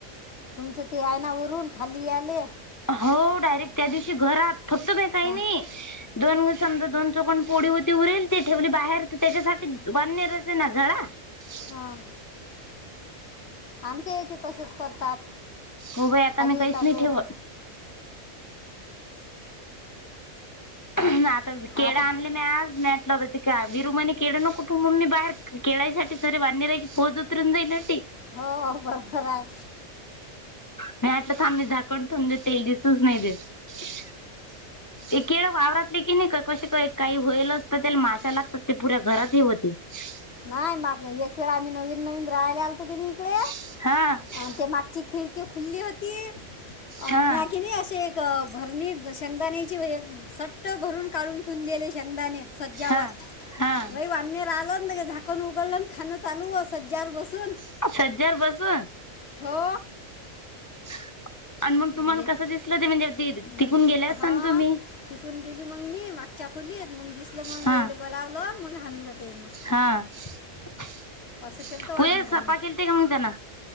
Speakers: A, on the left (about 55°); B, on the left (about 30°).
A: तुमचं ते आहे ना वरून खाली यायले
B: <unintelligible>
A: <inaudible>
B: <inaudible> <unintelligible> <inaudible>
A: हां आमच्या येथे तसेच करतात
B: हो बाई आता
A: खाली
B: मी
A: येतात
B: काहीच नाही
A: वरून
B: ठेवत <unintelligible>
A: आता हं.
B: <unintelligible>
A: हो बरोबर आहे
B: <unintelligible> <unintelligible>
A: नाही माघ एक वेळ आम्ही नवीन नवीन राहायला आलतो की नाही इकडे
B: <inaudible>
A: अन् ते मागची खिडकी खुल्ली होती अ
B: हा
A: मी कि नाही असे एक भरणी शेंगदाणेची आहे एक सट्ट भरून काढून ठेवून दिले शेंगदाणे <unintelligible>
B: हा हा
A: झाकण उघडलं आणि खान चालू सज्ज्यावर बसून
B: <unintelligible>
A: हो
B: <inaudible> आणि मग तुम्हाला
A: ये-
B: कसं दिसलं ते म्हणजे
A: मला
B: तिकून
A: दि-
B: गेले असल
A: हा
B: ना तुम्ही
A: तिकून गेली मग <unintelligible>
B: हा <unintelligible>
A: असं केलं तर वाननेरानं